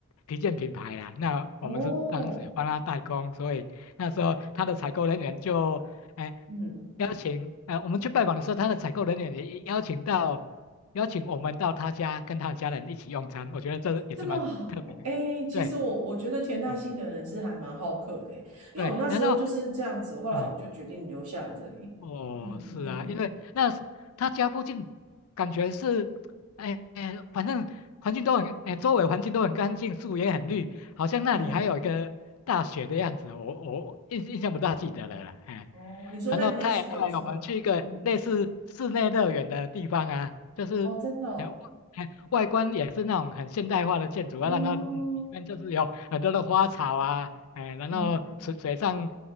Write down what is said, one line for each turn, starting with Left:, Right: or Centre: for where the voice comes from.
Left: 皮件品牌啦。那我们是当时帮他代工，
Right: 哦，
Left: 所以那时候他的采购人员就哎
Right: 嗯，
Left: 邀请呃我们去拜访的时候，他的采购人员也邀请到邀请我们到他家跟他的家人一起用餐，我觉得这也是蛮特别的一个对。
Right: 这么好哎、其实我我觉得田纳西的人是还蛮好客的、
Left: 嗯
Right: 诶因为我那时候就是这样子，
Left: 对，然后
Right: 后来我就决定留下来这里。
Left: 嗯哦，
Right: 嗯嗯嗯嗯
Left: 是啊，因为那是他家附近，感觉是，哎哎，反正环境都很，哎，周围环境都很干净，树也很绿，好像那里还有一个大学的样子，
Right: 嗯
Left: 我我印印象不大记得了啦，
Right: 嗯嗯，
Left: 哎，
Right: 哦，你说在
Left: 然后他也带我们去一个类似室内乐园的地方啊，
Right: Nashville 是吗？嗯，
Left: 就是，
Right: 哦，真的哦，
Left: 哎哎，外观也是那种很现代化的建筑啊，
Right: 嗯
Left: 然后里里面就是有很多的花草啊，哎，然后水水上
Right: 嗯，